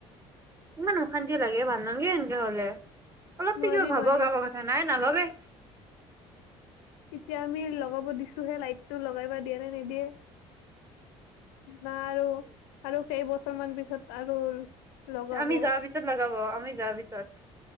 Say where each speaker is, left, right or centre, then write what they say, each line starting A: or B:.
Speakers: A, on the right; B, on the left.
A: ইমান অশান্তি লাগে ভাল নগে সেনকে হলে অলপটো
B: নোৱাৰি
A: কিবা ভাবক
B: নোৱাৰি
A: আমাৰ কথা নাই নাভাৱেই
B: এতিয়া আমি লগাব দিছোহে লাইটটো লগাইবা দিয়ে নে নিদিয়ে বা আৰু আৰু কেইবছৰ মান পিছত আৰু লগাব
A: আমি যোৱাৰ পিছত লগাব আমি যোৱাৰ পিছত